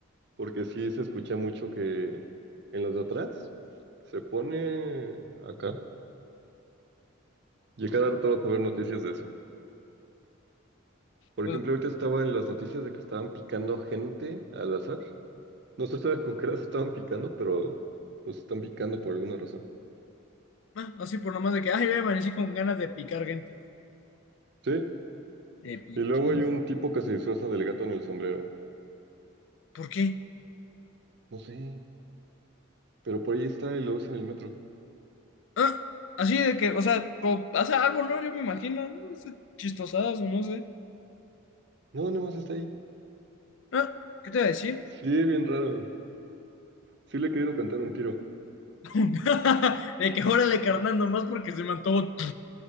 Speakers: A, on the right; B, on the left.
A: porque sí se escucha mucho que en los de atrás se pone acá. Y cada rato vas a ver noticias de eso. Por
B: Pues
A: ejemplo, ahorita estaba en las noticias de que estaban picando gente al azar. No se sabe con qué las estaban picando, pero los están picando por alguna razón.
B: Ah, así por nomás de que, ay, voy a con ganas de picar gente.
A: Sí,
B: De piquí.
A: y luego hay un tipo que se disfraza del gato en el sombrero.
B: ¿Por qué?
A: No sé, pero por ahí está y lo ves en el metro.
B: Ah, así de que, o sea, o- hace algo, ¿no? Yo me imagino, no sé, chistosadas o no sé.
A: No, nada más está ahí.
B: Ah, ¿qué te voy a decir?
A: Sí, bien raro. Sí le he querido cantar un tiro.
B: <laughs> De que órale, carnal, nomás porque se me antojó.